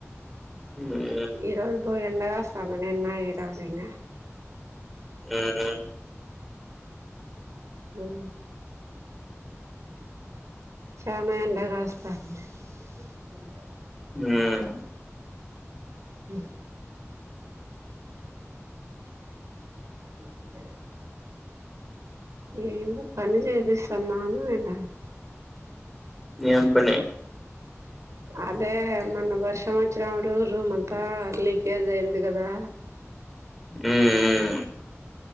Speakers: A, in the centre; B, on the right (about 75°).
A: హుమయ్
B: ఈ రోజు బో ఎండ గాస్తంది నిన్న ఈ రోజు ఇంగా
A: ఉ
B: ఉ చాన ఎండ గాస్తంది అ
A: ఉమ్
B: హు ఆ అంతేడి ఏందో పని చేపిస్తున్నాను ఇడ
A: ఏం పని?
B: అదే మొన్న వర్షం వచ్చినప్పుడు రూమ్ అంతా లీకేజ్ అయింది కదా.
A: ఉమ్ ఉమ్